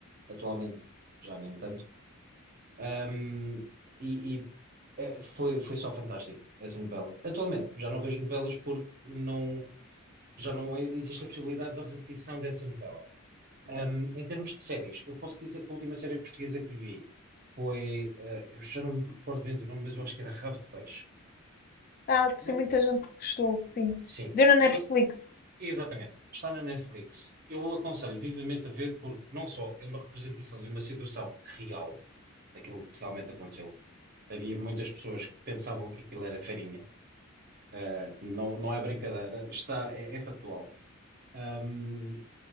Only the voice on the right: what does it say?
Atualmente, já nem tanto. Ahm, e e, eh, foi, foi só fantástico essa novela. Atualmente, já não vejo novelas porque não, já não existe a possibilidade da repetição dessa novela. Um, em termos de séries, eu posso dizer que a última série portuguesa que vi foi, eh, eu já não me recordo bem do nome, mas eu acho que era Rabo de Peixe.
Uma-
sim,
uma, exatamente. Está na Netflix. Eu o aconselho vivamente a ver porque não só é uma representação de uma situação real, daquilo que realmente aconteceu. Havia muitas pessoas que pensavam que aquilo era farinha. Eh, não, não é brincadeira, está, é, é factual. Um,